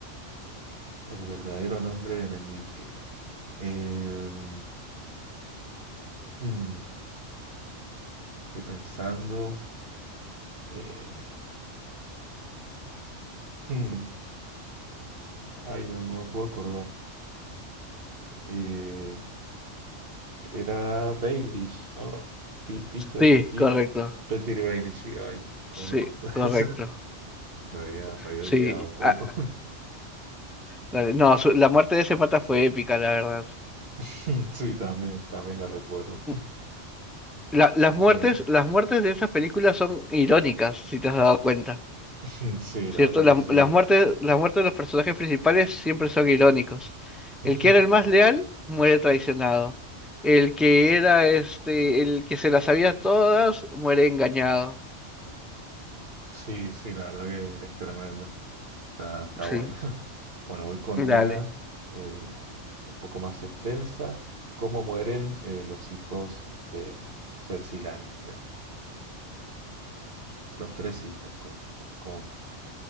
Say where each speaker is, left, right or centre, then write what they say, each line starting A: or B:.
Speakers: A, on the right; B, in the centre.
A: El verdadero nombre de Meñique. Em, hmm, estoy pensando. eh, hmm, ay, no, no me puedo acordar. Eh, era Baelish, ¿no? Pi- Peter,
B: Sí,
A: Petir.
B: correcto.
A: Petir Baelish, sí, ay, cómo
B: Sí,
A: me costó <laughs>
B: correcto.
A: eso. Me había, me había
B: Sí,
A: olvidado un poco.
B: ah,
A: <laughs>
B: dale. No, su- la muerte de ese pata fue épica, la verdad.
A: Sí, también, también la recuerdo.
B: Mm, La- las muertes,
A: Eh,
B: las muertes de esas películas son irónicas, si te has dado cuenta.
A: <laughs> sí, la
B: ¿Cierto?
A: verdad
B: Las,
A: que sí.
B: las muertes, las muertes de los personajes principales siempre son irónicos.
A: <laughs>
B: El que era el más leal muere traicionado. El que era este, el que se las sabía todas muere engañado.
A: Sí, sí, la verdad que es tremenda. Está, está
B: Sí,
A: buena. <laughs> Bueno, voy con
B: dale.
A: una eh, un poco más extensa. ¿Cómo mueren eh, los hijos de Cersei Lannister? Los tres hijos, ¿cómo, cómo